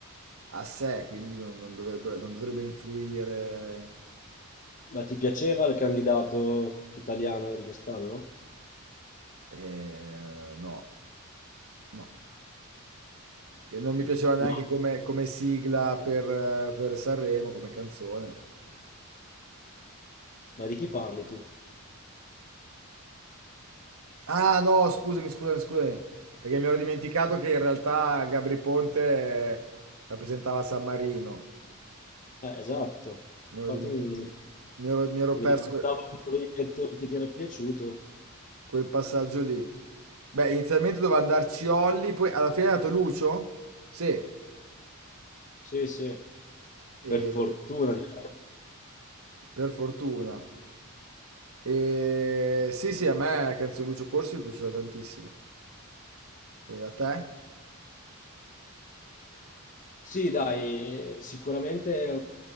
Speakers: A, on the right; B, on the left.
A: a sé, quindi non, non dovrebbe, non dovrebbe influire
B: Ma ti piaceva il candidato italiano di quest'anno?
A: Eh, no, no. E non mi piaceva neanche
B: No,
A: come, come sigla per, eh, per Sanremo, come canzone.
B: ma di chi parli tu?
A: Ah, no, scusami, scusami, scusami, perché mi ero dimenticato che in realtà Gabri Ponte eh, rappresentava San Marino.
B: Eh, esatto.
A: Mi ero
B: Fatemi
A: dimenti-
B: un...
A: mi ero- mi ero
B: Mi
A: perso
B: ricordavo
A: quel
B: che tu avevi detto che ti era piaciuto.
A: quel passaggio lì. Beh, inizialmente doveva andarci Olli, poi alla fine è andato Lucio? Sì,
B: Sì, sì,
A: e-
B: per fortuna. direi.
A: per fortuna. E... Sì, sì, a me Canzone Lucio Corsi mi è piaciuta tantissimo. E a te?
B: Sì, dai, sicuramente è